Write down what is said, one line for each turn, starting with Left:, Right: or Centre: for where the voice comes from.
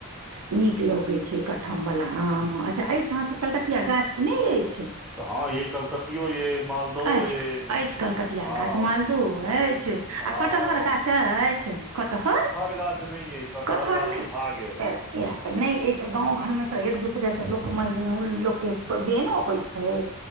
Right: नीक लगैत छै कठम वला आम अच्छा ऐछ अहाँके कलकतिया गाछ की नय
Centre: तऽ हँ ये कलकतियो ये मालदहो
Right: ऐछ
Centre: ये
Right: ऐछ कलकतिया
Centre: हँ
Right: गाछ मालदो ऐछ
Centre: हँ
Right: कटहर गाछ ऐछ कटहर
Centre: गाछ नहि ये
Right: कटहर
Centre: गाछ
Right: नय
Centre: सुखा गेल
Right: इएह तऽ नय अ तऽ गाँव घरमे तऽ एक दूसरेसँ लोक लोकके बेनो अबैत छै